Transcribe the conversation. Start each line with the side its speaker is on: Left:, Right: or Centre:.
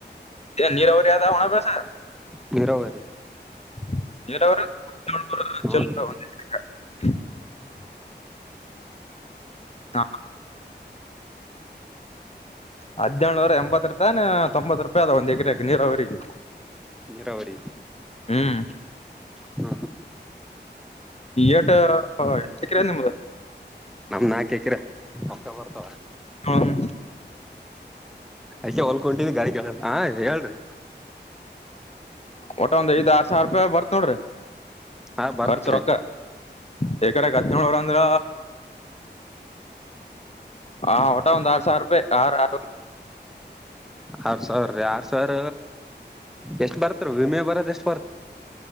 Left: ನೀರಾವರಿ ಯದಾವಣ ಬಸ
Centre: ನೀರಾವರಿ
Left: <unintelligible>
Centre: ಹೌದು
Left: <inaudible> ಹದನೇಳುವರೆ ಎಂಬತ್ತು ರೂಪಾಯ ತೊಂಬತ್ತ್ತು ರೂಪಾಯಿ ಅದ ಒಂದ್ ಎಕರೆಕ ನೀರಾವರಿಗೆ
Centre: ನೀರಾವರಿ
Left: ಹ್ಮ್
Centre: ಹ್ಮ
Left: ಎಟ ಎಕರ ನಿಮ್ಮದು
Centre: ನಮ ನಾಕ ಹಕಿರ ರೊಕ್ಕ ಬರ್ತಾವ
Left: ಹ್ಮ್
Centre: ಅ್ಕ ಹೊಲ್ಕೊಟಿದ್ದಿ ಗಾಡ ಕೇಳ ಹ ಹೇಳ್ರಿ
Left: ಒಟ ಒಂದ ಆರ್ ಸಾವಿರ ರೂಪಾಯಿ ಬರ್ ನೋರಿ
Centre: ಹಾ ಬರ್ತ್ರಿ
Left: ಖರ್ಚು ರೊಕ್ಕ ಬೇಕಡೆ ಹದ ನೋರ ಅಂದ್ರ ಹಾ ಹೊಟ ಹ ಆ ಸಾವ ರೂಪೆ ಯ
Centre: ಆರ್ ಸಾವಿರೀ ಆರ್ ಸಾವಿರ ಎಷ್ಟ ಬರತ್ ವಿಮೆ ಬರೋದ ಎಷ್ಟ